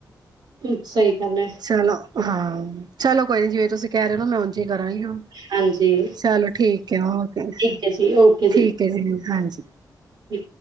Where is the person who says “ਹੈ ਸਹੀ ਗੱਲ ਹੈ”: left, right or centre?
Right